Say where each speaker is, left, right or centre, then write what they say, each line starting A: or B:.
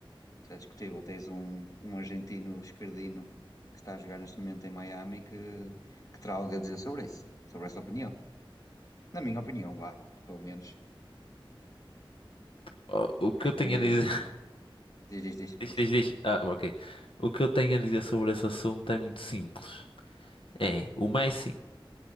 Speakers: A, on the left (about 40°); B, on the left (about 70°).
A: Isso é discutível. Tens um, um argentino esquerdino que está a jogar neste momento em Miami que, que terá algo a dizer sobre isso, sobre essa opinião. Na minha opinião, vá, pelo menos,
B: Ah, O que
A: é
B: eu
A: que
B: tenho a dizer.
A: o.
B: <laughs>
A: Diz, diz, diz,
B: Diz,
A: força.
B: diz, diz. Ah, ok. O que eu tenho a dizer sobre esse assunto é muito simples. É, o Messi